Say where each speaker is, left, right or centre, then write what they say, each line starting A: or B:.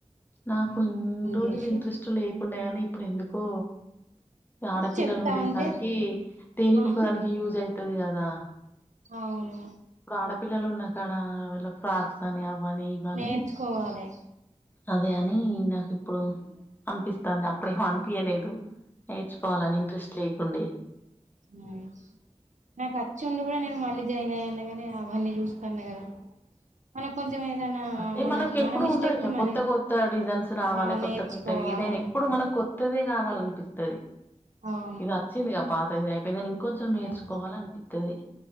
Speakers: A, on the left; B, on the right.
A: నాకు ఇన్ రోజులు
B: చేసి
A: ఇంట్రెస్ట్ లేకుండే కానీ ఇప్పుడు ఎందుకో ఆడపిల్లలు
B: చెప్తా
A: ఉండేసరికి
B: ఉంటే
A: దేనికో
B: ఆ
A: ఒకదానికి యూజ్ అయితది కదా
B: ఆవును
A: ఇప్పుడు ఆడపిల్లలు ఉన్నా కాడ వాళ్ళ ఫ్రాక్స్ అని అవని ఇవని
B: నేర్చుకోవాలే
A: అదే అని నాకు ఇప్పుడు అనిపిస్తాంది అప్పుడేమో అనిపియలేదు నేర్చుకోవాలని ఇంట్రెస్ట్ లేకుండే
B: ఉం నాకు అచ్చి ఉండి కూడా నేను మళ్ళీ జాయిన్ అయ్యాను కానీ అవన్నీ చూస్తాన్నా కదా మనకు కొంచెం ఏదైనా
A: అదే
B: మనకు
A: మనకి ఎప్పుడు
B: మన మిస్టేక్లు
A: ఉంటాంది కొత్త
B: మన
A: కొత్త డిజైన్స్ రావాలి
B: ఆ నేర్చుకోవాలని
A: కొత్త కొత్త ఏదైనా ఇప్పుడు మనకు కొత్తదే కావాలనిపిస్తుంది
B: అవును
A: ఇది వచ్చిందిగా పాత అయిపోయిందని ఇం కొంచెం
B: హ్మ్.
A: నేర్చుకోవాలనిపితది